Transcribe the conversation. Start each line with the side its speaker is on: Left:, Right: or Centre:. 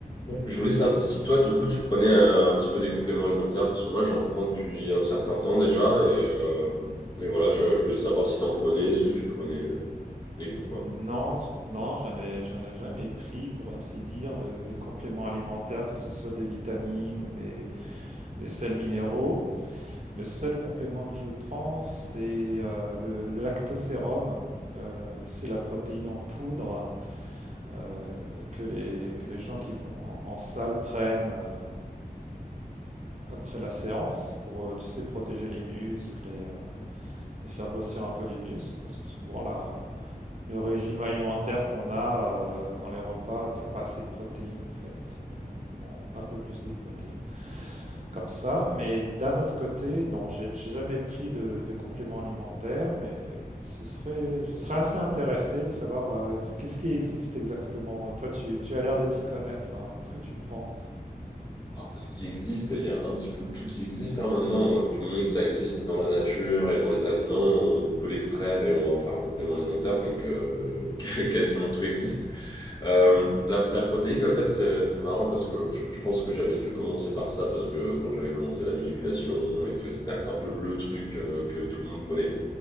Left: Donc, Je voulais savoir si toi, du coup, tu prenais euh, un petit peu des compléments alimentaires, parce que moi, j'en prends depuis un certain temps déjà, et, euh, et voilà, je, je voulais savoir si t'en prenais, ce que tu prenais, euh, et pourquoi.
Right: Non, j- non, je n'ai, je n'ai jamais pris, pour ainsi dire, de, de compléments alimentaires, que ce soit des vitamines ou des, des sels minéraux. Le seul complément que je prends, c'est euh, le, le lactosérum, euh, tu sais, la protéine en poudre euh, que les, que les gens qui vont en, en salle prennent euh, après la séance pour, euh, tu sais, protéger les muscles et, euh, et faire grossir un peu les muscles, parce que souvent la, le régime alimentaire qu'on a euh, dans les repas, il n'y a pas assez de protéines en fait. Donc on prend un peu plus de protéines comme ça. Mais d'un autre côté, non, j'ai j'ai jamais pris de, de compléments alimentaires, mais ce serait, je serais assez intéressé de savoir euh, qu'est-ce qui existe exactement. Toi, tu, tu as l'air de t'y connaître, alors qu'est-ce que tu prends?
Left: Ah, Ce qui existe, il y a un petit peu tout qui existe hein, maintenant. Du moment que ça existe dans la nature et dans les aliments, on peut l'extraire et on va en faire un complément alimentaire. Donc, euh, <laughs> quasiment tout existe. Euh,
Right: Ouais,
Left: la, la protéine, en fait, c'est c'est marrant parce que je, je pense que j'avais dû commencer par ça parce que quand j'avais commencé la musculation et que c'était un peu le truc euh, que tout le monde prenait,